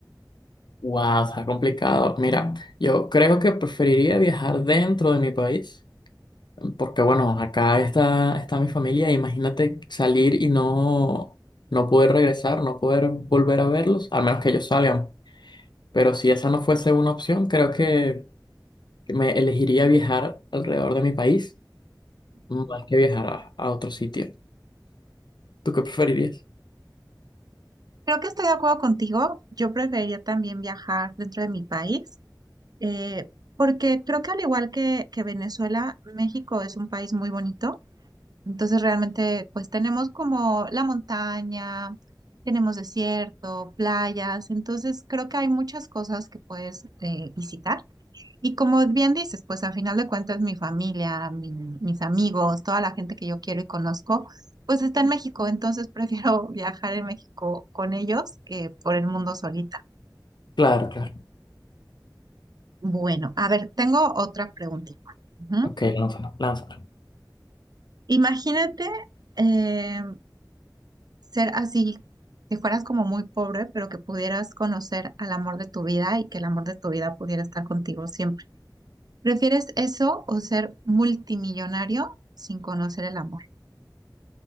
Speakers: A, on the left; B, on the right.
A: Wow, está complicado. Mira, yo creo que preferiría viajar dentro de mi país. Porque bueno, acá está, está mi familia, imagínate salir y no, no poder regresar, no poder volver a verlos, al menos que ellos salgan. Pero si esa no fuese una opción, creo que me elegiría viajar alrededor de mi país más que viajar a, a otro sitio. ¿Tú qué preferirías?
B: Creo que estoy de acuerdo contigo. Yo preferiría también viajar dentro de mi país, eh, porque creo que al igual que, que Venezuela, México es un país muy bonito. Entonces realmente pues tenemos como la montaña, tenemos desierto, playas. Entonces creo que hay muchas cosas que puedes eh, visitar. Y como bien dices, pues al final de cuentas mi familia, mi- mis amigos, toda la gente que yo quiero y conozco, pues está en México, entonces prefiero <laughs> viajar en México con ellos que por el mundo solita.
A: Claro, claro.
B: Bueno, a ver, tengo otra preguntita. Ujú.
A: Ok, lánzalo, lánzalo.
B: Imagínate eh, ser así, que fueras como muy pobre, pero que pudieras conocer al amor de tu vida y que el amor de tu vida pudiera estar contigo siempre. ¿Prefieres eso o ser multimillonario sin conocer el amor?